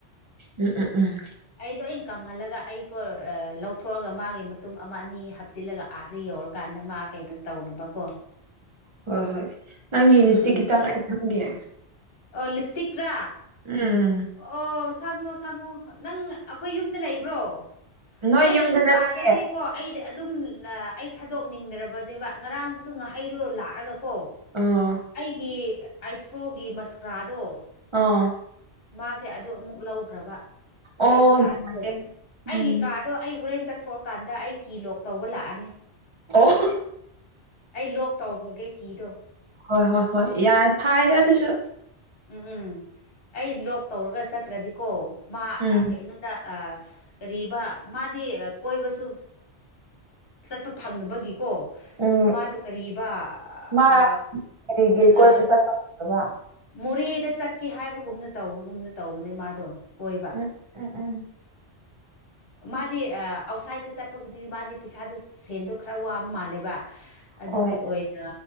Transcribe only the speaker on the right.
ꯎꯝ ꯎꯝ ꯎꯝ
ꯍꯣꯏ ꯍꯣꯏ ꯅꯪꯒꯤ ꯂꯤꯞꯁꯇꯤꯛ
ꯈꯤꯇꯪ ꯑꯩ ꯁꯪꯒꯦ
ꯎꯝ
ꯅꯣꯏ
ꯌꯨꯝꯗ
ꯅꯠꯇꯦ
ꯑꯥ
ꯑꯥ
ꯑꯣ
ꯅꯨꯡꯉꯥꯏꯇꯦ
ꯎꯝ
ꯑꯣ
ꯍꯣꯏ ꯍꯣꯏ ꯍꯣꯏ ꯌꯥꯔ ꯐꯥꯏꯗ ꯑꯗꯨꯁꯨ
ꯎꯝ
ꯎꯝ
ꯃꯥ
ꯀꯔꯤꯒꯤ
ꯀꯣꯏꯕ ꯆꯠꯄ ꯐꯪꯗꯕ
ꯎꯝ ꯎꯝ ꯎꯝ
ꯍꯣꯏ